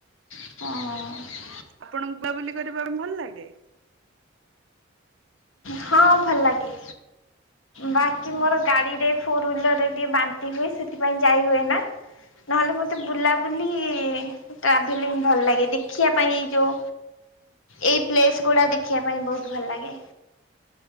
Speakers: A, on the left; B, on the right.
A: ହଁ।
B: ଆପଣଙ୍କୁ ବୁଲାବୁଲି କରିବା ପାଇଁ ଭଲ ଲାଗେ?
A: ହଁ ଭଲ ଲାଗେ। ବାକି ମୋର ଗାଡିରେ ଫୋର ହଲରରେ ଟିକେ ବାନ୍ତି ହୁଏ ସେଥିପାଇଁ ଯାଇ ହୁଏ ନା ନହେଲେ ମତେ ବୁଲାବୁଲି ଟ୍ରାଭେଲି ଭଲ ଲାଗେ ଦେଖିବା ପାଇଁ ଯୋଉ ଏଇ ପ୍ଲେସ୍ ଗୁଡା ଦେଖିବା ପାଇଁ ବହୁତ ଭଲ ଲାଗେ।